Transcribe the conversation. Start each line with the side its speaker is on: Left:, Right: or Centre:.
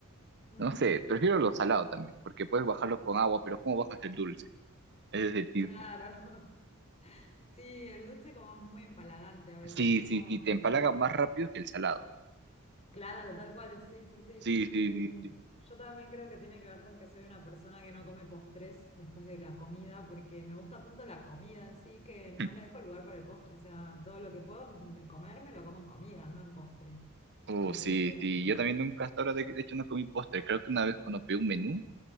Left: <laughs>
Right: No sé, prefiero los salados también, porque puedes bajarlos con agua, pero ¿cómo bajas el dulce? Ese es el tip.
Left: Claro. <laughs> Sí, el dulce como es muy empalagante a veces,
Right: Sí,
Left: ¿no?
Right: sí,
Left: Como
Right: sí, te
Left: que
Right: empalaga más rápido que el salado.
Left: Claro, tal cual, sí, sí, sí.
Right: Sí,
Left: Y
Right: sí, sí,
Left: mm,
Right: sí. <clears throat>
Left: yo también creo que tiene que ver con que soy una persona que no come postres después de la comida, porque me gusta tanto la comida en sí que no
Right: <laughs>
Left: me dejo lugar para el postre. O sea, todo lo que puedo mm, de comer me lo como en comida, no en postre.
Right: Oh,
Left: Entonces,
Right: sí, sí. Yo también nunca hasta ahora, de, de hecho, no comí postre. Creo que una vez cuando pedí un menú,